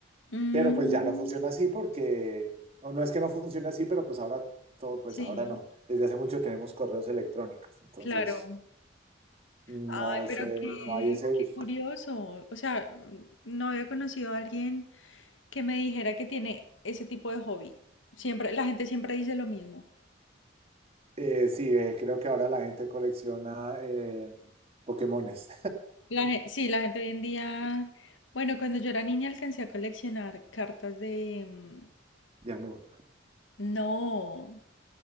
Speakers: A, on the left; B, on the right.
A: mm,
B: Pero pues ya no funciona así porque, o no es que no funcione así, pero pues ahora todo, pues
A: sí,
B: ahora no. Desde hace mucho tenemos correos electrónicos, entonces
A: claro.
B: no
A: Ay,
B: sé,
A: pero qué,
B: no hay ese uso.
A: qué curioso. O sea, mm, no había conocido a alguien que me dijera que tiene ese tipo de hobby. Siempre, la gente siempre dice lo mismo.
B: Eh, sí, eh, creo que ahora la gente colecciona eh, Pokémones
A: La, gen- sí, la gente hoy en día. Bueno, cuando yo era niña alcancé a coleccionar cartas de, mm,
B: <laughs> de amor.
A: no,